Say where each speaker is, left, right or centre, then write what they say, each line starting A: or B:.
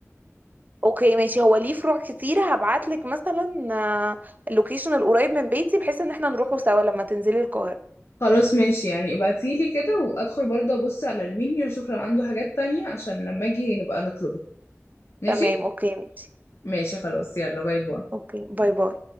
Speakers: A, on the right; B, on the left.
A: اوكي ماشي هو ليه فروع كتير هبعت لك مثلا آه، اللوكيشن القريب من بيتي بحيث ان احنا نروحه سوا لما تنزلي القاهرة
B: خلاص ماشي يعني ابعتيلي كده وادخل برضه ابص على المنيو اشوف لو عنده حاجات تانية عشان لما اجي نبقى نطلبها ماشي
A: تمام اوكي ماشي
B: ماشي خلاص يلا باي باي
A: اوكي باي باي